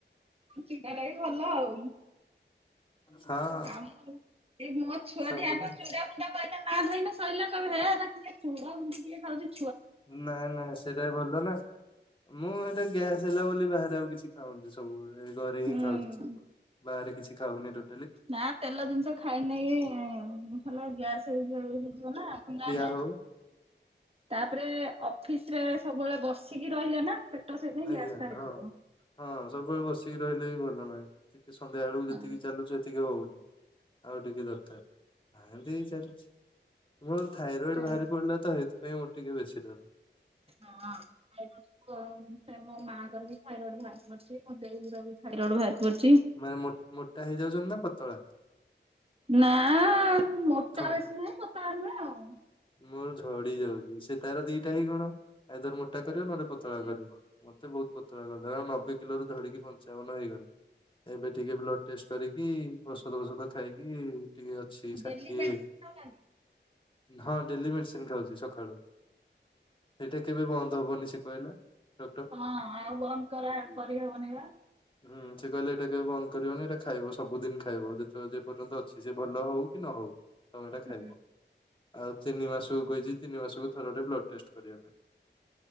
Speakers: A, on the right (about 30°); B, on the left (about 25°).
A: ଚିନ୍ତା ଟା ବି ଭଲ ଆଉ।
B: ହଁ
A: ଆଉ ଏ ମୋ ଛୁଆ
B: ସବୁଦିନ
A: ଦିଆଙ୍କ ଚୁଡା ଗୁଣ୍ଡ କହିଲା ନା ଧଇଲେ ସଇଲା କହିବେ ହେ ଏଟା ଚୁଡା ଗୁଣ୍ଡ କିଏ ଖାଉଚି।
B: ନାଇଁ ନାଇଁ ସେଇଟା ଭଲ ନା ମୁଁ ଏଇଟା ଗ୍ୟାସ୍ ହେଲା ବୋଲି ବାହାରେ ଆଉ କିଛି ଖାଉନି ବି ସବୁବେଳେ ଏ ଘରେ
A: ହୁଁ।
B: ହିଁ ଖାଉଛି ସବୁବେଳେ ବାହାରେ କିଛି ଖାଉନି ଟୋ
A: ନା ତେଲ ଜିନିଷ ଖାଏନେଇ ଖଲେ ଗ୍ୟାସେ ହେଇଯିବ ନା ଆପଣ ନା ନାଇଁ
B: ଆଉ।
A: ତାପରେ ଅଫିସ ରେ ସବୁବେଳେ ବସିକି ରହିଲେ ନା ପେଟ ସେଇପାଇଁ
B: ଆଜ୍ଞା
A: ଗ୍ୟାସ୍ଟା ହେଇଯିବ।
B: ହଁ ହଁ ସବୁବେଳେ ବସିକି ରହିଲେ ବି ଭଲ ନାହିଁ ଟିକେ ସନ୍ଧ୍ୟା ବେଳକୁ
A: ହଁ।
B: ଯେତିକି ଚାଲୁଚ ହେତିକି ହଉନି। ଆଉ ଟିକେ ଦରକାର ଆ ହେମତି ଚାଲିଚ। ମୋର ଥାଇରଏଡ
A: ହଁ।
B: ବାହାରି ପଡିଲା ତ ହେଇଥିପାଇଁ ମୋର ଟିକେ ବେଶୀ ଡର।
A: ହଁଥାଇରଏଡ଼ ସେ ମୋ ମାଆଙ୍କର ବି ଥାଇରଡ ବାହାରି ପଡିଚି ମୋ ଦେଇର ବି। ଏ ଥାଇରଏଡ଼ ବାହାରି ପଡିଛି
B: ମାନେ ମୋଟା ହେଇଯାଉଛନ୍ତି ନା ପତଳା।
A: ନାଁ ମୋଟା
B: ଥ
A: ବେଶୀ ନୁହେଁ ପତଳା ନୁହେଁ। ଆଉ।
B: ମୁଁ ଝଡ଼ି ଯାଉଚି ସେ ତାର ଦିଟା ହିଁ ଗୁଣ ଆଇଦର ମୋଟା କରିବ ନହେଲେ ପତଳା
A: ହଁ।
B: କରିବ। ଉଁ ତେ ବୋହୁତ ପତଳା କରଦେଲା ନବେ କିଲୋରୁ ଝଡ଼ିକି ପଞ୍ଚାବନ ହେଇଗଲି ଏବେ ଟିକେ ବ୍ଲଡ଼୍ ଟେଷ୍ଟ କରି କି ଔଷଧ ଔଷଧ ଖାଇକି ଟିକେ ଅଛି ଷାଠିଏ
A: ଡେଲି ମେଡିସିନ ଦଉନାହାନ୍ତି?
B: ହଁ ଡେଲି ମେଡ଼ିସିନ୍ ଖାଉଚି ସଖାଳୁ ସେଇଟା କେବେ ବନ୍ଦ ହବନି ସେ କହିଲା। ଡକ୍ଟର।
A: ହଁ ଆଉ ବନ୍ଦ କରା
B: ହୁଁ।
A: କରି ହବନେଇ ବା।
B: ହୁଁ ସେ କହିଲେ ଏଟା କେବେ ବନ୍ଦ କରିବନି ଏଟା ଖାଇବ ସବୁଦିନ ଖାଇବ ଯେତୋଳେ ଯେ ପର୍ଯ୍ୟନ୍ତ ଅଛି ସେ ଭଲ ହଉ କି ନ ହଉ। ତମେ ଏଇଟା ଖାଇବ
A: ହୁଁ।
B: ଆଉ ତିନି ମାସକୁ କହିଚି ତିନି ମାସକୁ ଥର ବ୍ଲଡ଼୍ ଟେଷ୍ଟ୍ କରିବା ପାଇଁ।